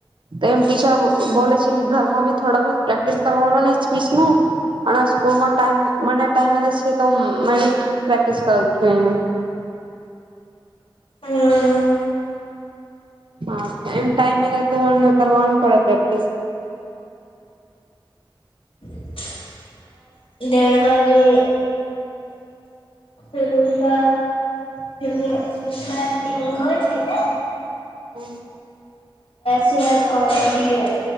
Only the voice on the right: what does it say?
તો એમ ટીચર બોલે છે કે, ઘરમાં બી થોડા પ્રેક્ટિસ કરવાનો ને સ્પીચ નું. પણ સ્કૂલમાં ટ મને ટાઈમ મળ છે, તો મે બી પ્રેક્ટિસ કરું છું એને.
હા, એમ ટાઈમ એલે તો એને કરવાનું પડે, પ્રેક્ટિસ.
હમ.